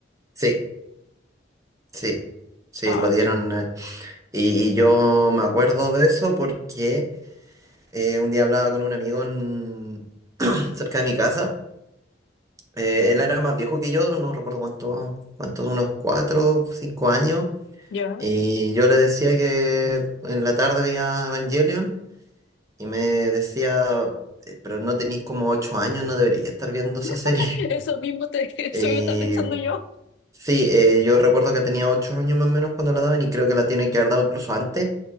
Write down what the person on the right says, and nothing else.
Sí, sí, sí,
lo dieron. eh, Y, y yo me acuerdo de eso porque eh, un día hablaba con un amigo en- <clears throat> cerca de mi casa. eh, él era más viejo que yo, no recuerdo cuánto, cuántos, unos cuatro, cinco años.
Y yo le decía que en la tarde veía Evangelion y me decía, "Eh, pero no tenéis como ocho años, no debería estar viendo esa serie.
<laughs>
Y
sí, eh, yo recuerdo que tenía ocho años más o menos cuando la daban y creo que la tienen que haber dado incluso antes,